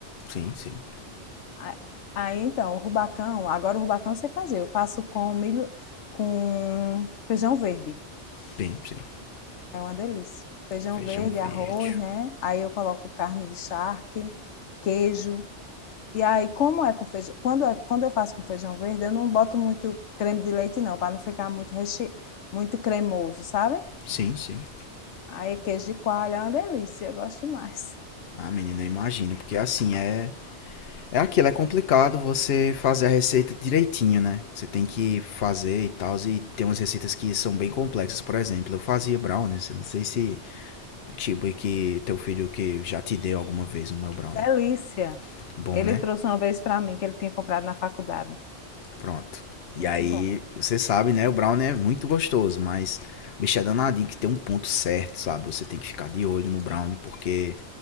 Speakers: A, on the left; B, on the left.
A: Sim, sim.
B: A- Aí então, o rubacão, agora o rubacão eu sei fazer. Eu faço com milho, com feijão verde.
A: Bem, sim.
B: É uma delícia. Feijão
A: Feijão
B: verde,
A: verde.
B: arroz, né? Aí eu coloco carne de charque, queijo. E aí, como é com feijão? Quando, é- quando eu faço com feijão verde, eu não boto muito creme de leite, não, para não ficar muito, reche... muito cremoso, sabe?
A: Sim, sim.
B: Aí, é queijo de coalho é uma delícia, eu gosto demais.
A: Ah, menina, eu imagino, porque assim é. É aquilo, é complicado você fazer a receita direitinho, né? Você tem que fazer e tal, e tem umas receitas que são bem complexas. Por exemplo, eu fazia brownies, eu não sei se. Tipo, e que teu filho que já te deu alguma vez o meu brownie.
B: Delícia.
A: Bom,
B: Ele
A: né?
B: trouxe uma vez para mim, que ele tinha comprado na faculdade.
A: Pronto. E
B: Muito
A: aí,
B: bom.
A: você sabe, né? O Brown é muito gostoso, mas o bicho é danadinho que tem um ponto certo, sabe? Você tem que ficar de olho no Brown, porque